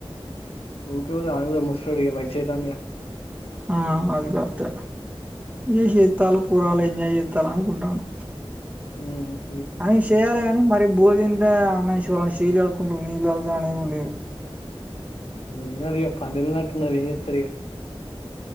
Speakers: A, on the left; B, on the right.
A: ఆ ముసలోడు వయసయితాందిగా
B: ఆ అది కరెక్టే ఏ చేస్తాలు పోరగాళ్లు ఎంజాయ్ చేస్తాల అనుకుంటాను
A: హ
B: అని చేయాలి కాని మరి భోధం ే అన్నాల చేలిడుకుంటలా అవు లే
A: ఉన్న పందల నా ఉన్నారు ఏార